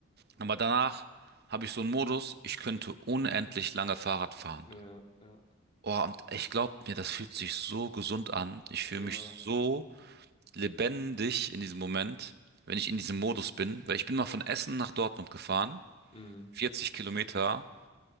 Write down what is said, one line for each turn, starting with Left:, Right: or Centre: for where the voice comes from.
Right: Aber danach habe ich so einen Modus, ich könnte unendlich lange Fahrrad fahren.
Left: Ja. Ja.
Right: Oh, und ich glaube mir, das fühlt sich so gesund an. Ich fühle
Left: Ja.
Right: mich so lebendig in diesem Moment, wenn ich in diesem Modus bin. Weil ich bin mal von Essen nach Dortmund gefahren,
Left: Mhm.
Right: 40 Kilometer.